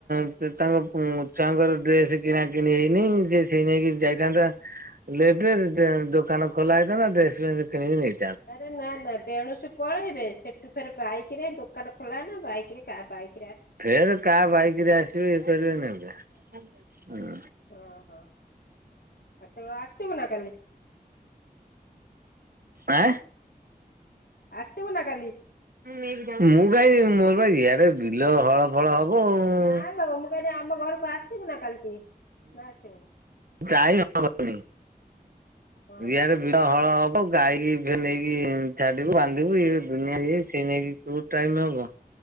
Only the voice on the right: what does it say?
ସେ ତାଙ୍କ ଉଁ, ଛୁଆଙ୍କର ଡ୍ରେସ୍ କିଣା କିଣି ହେଇନି, ସେ ସେଇ ନାଇକି ଯାଇଥାନ୍ତା ଲେବେ ଡେ-ଦୋକାନ ଖୋଲା ହେଇଥାନ୍ତା, ଡ୍ରେସ୍ ବି ସେଠି କିଣିକି ନେଇ
ଫେର୍ କା ବାଇକ୍ ରେ ଆସିବେ ଇଏ କରିବେ ନେବେ।
ଆଁ,
ମୁଁ କାଇଁ ଯିବି ମୋର ପରା ଇଆଡ ବିଲ ହଳ ଫଳ ହବ। ଆଉ।
ଯାଇ ହବନି।
ଇଆଡେ
ବିଡ ହଳ ହବ ଗାଈକି ଫେର ନେଇକି ଛାଡିବୁ, ବାନ୍ଧିବୁ, ଇଏ ଦୁନିଆ ଇଏ, ସିଏ ନେଇକି ତୁ ଟାଇମ୍ ହବ,